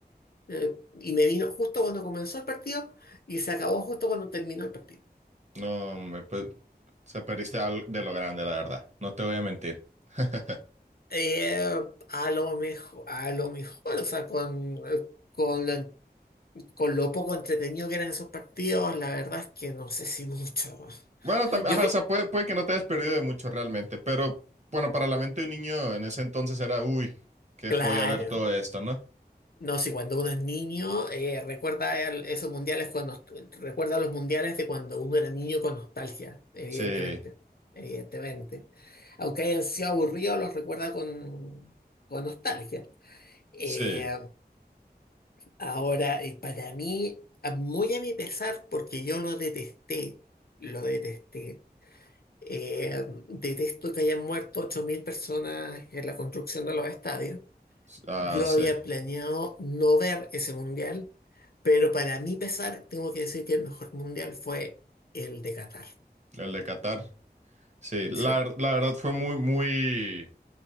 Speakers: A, on the left; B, on the right.
A: Eh, y me vino justo cuando comenzó el partido y se acabó justo cuando terminó el partido.
B: no, me, pues, se perdiste al- de lo grande, la verdad, no te voy a mentir. <laughs>
A: Eh, a lo mejor, a lo mejor, o sea, con, eh, con lo, con lo poco entretenido que eran esos partidos, la verdad es que no sé si mucho.
B: Bueno, también,
A: Yo
B: ajá,
A: que,
B: o sea, puede, puede que no te hayas perdido de mucho realmente, pero bueno, para la mente de un niño en ese entonces era, uy, qué
A: claro,
B: joya ver todo esto, ¿no?
A: no sé, cuando uno es niño, eh, recuerda el- esos mundiales con, nos- recuerda los mundiales de cuando uno era niño con nostalgia, evidentemente,
B: Sí,
A: evidentemente. Aunque hayan sido aburridos, los recuerda con, con nostalgia. Eh,
B: sí,
A: ahora, eh, para mí, a- muy a mi pesar, porque yo lo detesté, lo detesté. Eh, detesto que hayan muerto 8.000 personas en la construcción de los estadios.
B: ah,
A: Yo
B: sí,
A: había planeado no ver ese mundial, pero para mi pesar, tengo que decir que el mejor mundial fue el de Qatar,
B: el de Qatar. Sí, la,
A: ¿sí?
B: la verdad fue muy, muy,